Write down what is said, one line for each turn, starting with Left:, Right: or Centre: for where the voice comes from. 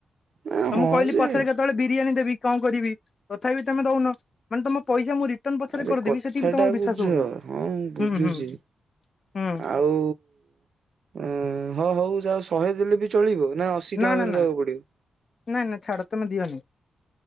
Right: ନା
Left: ତମକୁ
Right: ହଁ
Left: କହିଲି
Right: ଯେ
Left: ପଛରେ କେତେବେଳେ ବିରିୟାନୀ ଦେବି କଣ କରିବି ତଥାପି ତମେ ଦଉନ ମାନେ ତମ ପଇସା ମୁଁ ରିଟର୍ନ ପଛରେ
Right: ଆରେ
Left: କରିଦେବି
Right: କଥା
Left: ସେତିକି ବି ତମର
Right: ଟା ବୁଝ
Left: ବିଶ୍ୱାସ ହଉନି।
Right: ହଁ ବୁଝୁଛି
Left: ହୁଁ ହୁଁ ହୁଁ
Right: ଆଉ ଅ ହଁ ହଉ ଯହା ଶହେ ଦେଲେ ବି ଚଳିବ ନା ଅଶୀ ଟଙ୍କା
Left: ନା
Right: ଫେରେ
Left: ନା
Right: ଦେବାକୁ ପଡିବ?
Left: ନାଇଁ ନାଇଁ ଛାଡ ତମେ ଦିଅନି।